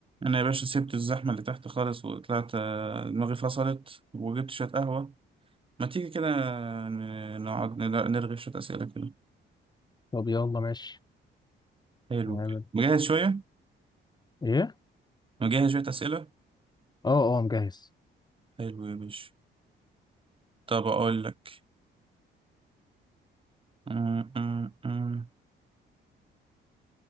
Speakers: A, on the right; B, on the left.
A: انا يا باشا سبت الزحمه اللي تحت خالص وطلعت آه، دماغي فصلت وجبت شويه قهوه ما تيجي كده ن- نقعد ن- نرغي شويه اسئله كده
B: طب يلا ماشي
A: حلو
B: هنعمل
A: مجهز شويه
B: ايه
A: مجهز شويه اسئله
B: اه اه مجهز
A: حلو يا باشا طب اقول لك م- م- م.